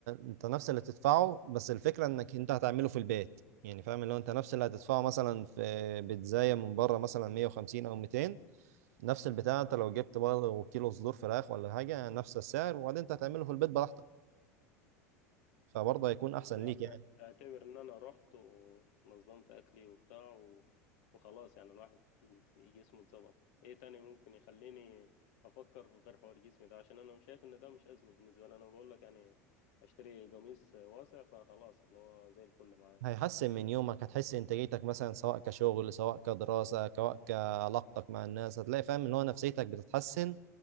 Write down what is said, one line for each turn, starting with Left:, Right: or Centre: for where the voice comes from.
Right: انت نفس اللي تدفعه بس الفكره انك انت هتعمله في البيت يعني فاهم اللي هو انت نفس اللي هتدفعه مثلا في بيتزايه من بره مثلا 150 او 200 نفس البتاع انت لو جبت برضه كيلو صدور فراخ ولا حاجه نفس السعر وبعدين انت هتعمله في البيت براحتك فبرضه هيكون احسن
Left: يا
Right: ليك
Left: عم
Right: يعني
Left: اعت- اعتبر ان انا رحت ونظمت اكلي وبتاع و... وخلاص يعني الواحد جسمه اتظبط ايه تاني ممكن يخليني افكر غير حوار جسمي ده عشان انا شايف ان ده مش ازمه بالنسبه لي انا بقول لك يعني اشتري قميص واسع فخلاص اللي هو زي الفل معايا
Right: هيحسن من يومك هتحس انتاجيتك مثلا سواء كشغل سواء كدراسة سواء كعلاقتك مع الناس هتلاقي فاهم ان هو نفسيتك بتتحسن